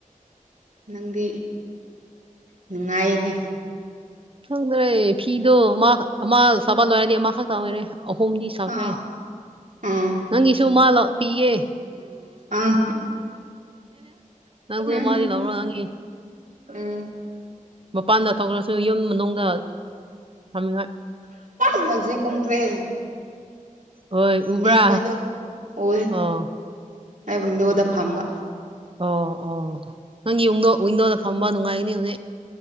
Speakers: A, on the right (about 70°); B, on the right (about 40°).
A: ꯅꯪꯗꯤ ꯅꯨꯡꯉꯥꯏꯌꯦꯅꯦ
B: ꯈꯪꯗ꯭ꯔꯦ ꯐꯤꯗꯣ ꯑꯃ ꯑꯃ ꯁꯥꯕ ꯂꯣꯏꯔꯗꯤ ꯑꯃꯈꯛꯇ ꯑꯣꯏꯔꯦ ꯑꯍꯨꯝꯗꯤ ꯁꯥꯈ꯭ꯔꯦ
A: ꯑꯥ ꯎꯝ
B: ꯅꯪꯒꯤꯁꯨ ꯃꯥ ꯂꯧ ꯄꯤꯒꯦ
A: ꯑꯥ
B: ꯅꯪꯁꯨ
A: ꯎꯝ
B: ꯑꯃꯗꯤ ꯂꯧꯔꯣ ꯅꯪꯒꯤ
A: ꯎꯝ
B: ꯃꯄꯥꯟꯗ ꯊꯣꯛꯂꯁꯨ ꯌꯨꯝ ꯃꯅꯨꯡꯗ ꯊꯝꯅꯤꯉꯥꯏ
A: ꯎꯝ ꯍꯧꯖꯤꯛ ꯀꯨꯝꯈ꯭ꯔꯦ
B: ꯍꯣꯏ ꯎꯕ꯭ꯔꯥ
A: ꯅꯦ ꯈꯣꯏꯗꯣ ꯎꯌꯦ
B: ꯑꯣ
A: ꯑꯩ ꯋꯤꯟꯗꯣꯗ ꯐꯝꯕ
B: ꯑꯣ ꯑꯣ ꯅꯪꯒꯤ ꯌꯨꯝꯗꯣ ꯋꯤꯟꯗꯣꯗ ꯐꯝꯕ ꯅꯨꯡꯉꯥꯏꯒꯅꯤ ꯍꯧꯖꯤꯛ꯫